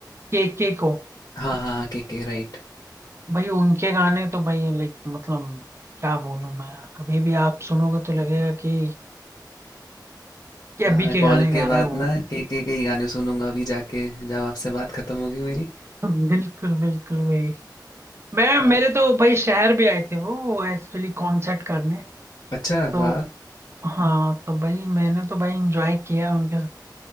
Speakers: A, on the right; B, on the left.
A: के के को
B: हाँ, हाँ, हाँ, केके राइट।
A: भाई उनके गाने तो भाई लाइक मतलब क्या बोलूं मैं अभी भी आप सुनोगे तो लगेगा कि कि अभी
B: अ, मैं
A: के
B: कॉल
A: गाने गा
B: के
A: रहा
B: बाद
A: है वो
B: ना केके के के ही गाने सुनूँगा अभी जाके जब आपसे बात खत्म होगी मेरी।
A: बिल्कुल बिल्कुल वही मैं
B: तो
A: मेरे
B: आप
A: तो भाई शहर भी आए थे वो एक्चुअली कॉन्सर्ट करने
B: अच्छा,
A: तो
B: वाह!
A: हाँ तो भाई मैंने तो भाई एंजॉय किया उनके